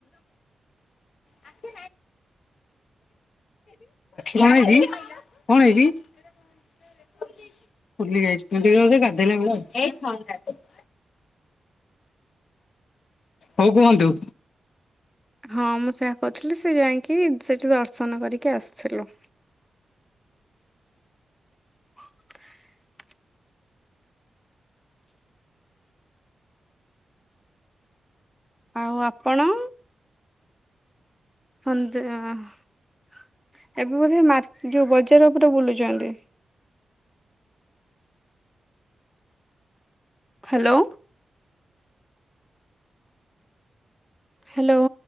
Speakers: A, on the left; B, in the centre.
A: ଆଖି କଣହେଇଚି? କଣ ହେଇଛି? ହ ଫୁଲି ଯାଇଚି <unintelligible> କରଦ ନା ହଉ କୁହନ୍ତୁ?
B: ହଁ ମୁଁ ସେଇଆ କହୁଥିଲି ସେ ଯାଇକି ସେଠି ଦର୍ଶନ କରିକି ଆସିଥିଲୁ। ହତ ଆଉ ଆପଣ? ସନ୍ଧ୍ୟା ଏବେ ବୋଧେ ମାର୍କେ ଯଉ ବଜାର ଉପରେ ବୁଲୁଛନ୍ତି? Hello, hello.